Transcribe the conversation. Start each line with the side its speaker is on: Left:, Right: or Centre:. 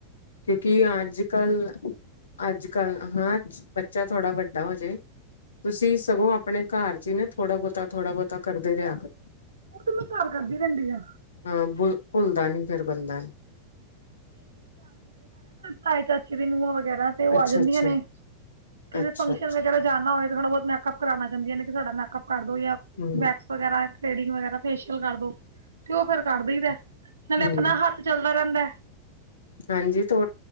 Left: ਕਿਉਂਕਿ ਅੱਜ ਕੱਲ ਅੱਜ ਕੱਲ ਹਾਂ ਬੱਚਾ ਥੋੜਾ ਵੱਡਾ ਵਜੇ <inaudible> ਤੁਸੀਂ ਸਗੋਂ ਆਪਣੇ ਘਰ ਜੀਨੇਂ ਥੋੜਾ ਬਹੁਤਾ ਥੋੜਾ ਬਹੁਤ ਤਾਂ ਕਰੱਦੇ ਰਿਹਾ ਕਰੋ
Right: ਉਹ ਤੂੰ ਮੈਂ ਘਰ ਕਰਦੀ ਰਹਿੰਦੀ ਆ
Left: ਹਾਂ ਭ ਭੁੱਲਦਾ ਨੀ ਫੇਿਰ ਬੰਦਾ ਨ
Right: ਖ ਚਸੀਨੂੰ <unintelligible> ਵਗਰਾ ਤੇ ਉਹ
Left: ਅੱਛਾ
Right: ਆ ਜਾਂਦੀਆਂ
Left: ਅੱਛਾ
Right: ਨੇ ਕਿਸੇ
Left: ਅੱਛਾ
Right: ਫੰਕਸ਼ਨ
Left: ਅੱਛਾ
Right: ਵਗੈਰਾ ਜਾਣਾ ਹੋਵੇ ਥੋੜਾ ਬਹੁਤ ਮੇਕਅਪ ਕਰਾਣਾ ਜਾਂਦੀਆਂ ਨੇ ਸਾਡਾ ਮੇਕਅਪ ਕਰ ਦੋ ਜਾਂ
Left: ਹਮ
Right: ਵੈਕਸ ਵਗੈਰਾ ਥਡਿੰਗ ਵਗੈਰਾ ਫੇਸ਼ੀਅਲ ਕਰ ਦੋ ਤੇ ਉਹ ਫੇਰ ਕਰ ਦੇਈ ਦਾ ਹੈ ਨਾਲੇ
Left: ਹਮ
Right: ਆਪਣਾ ਹੱਥ ਚੱਲਦਾ ਕਰ ਆਂਦਾ ਐ
Left: ਹਾਂਜੀ ਥੋ